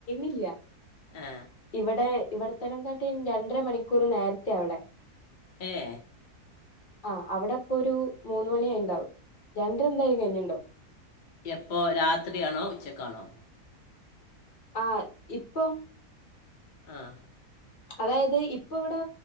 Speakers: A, on the left (about 40°); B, on the left (about 75°).
A: ില്ല
B: ആ
A: ഇവിടെ ഇവിടെത്തനകാട്ടി രണ്ടര മണിക്കൂർ നേരത്തെ അവിടെ
B: എഏ
A: ആ അവിടെ അപ്പൊ ഒരു മൂന്ന മണിയായി ഉണ്ടാവും രണ്ടര എന്തായാലും കഴിഞ്ഞുണ്ടാവും
B: എപ്പോൊ രാത്രിയാണോ ഉച്ചക്കാണോ
A: ആഹ് ഇപ്പൊ
B: ആഹ
A: അതായത് ഇപ്പൊ ഇവിടെ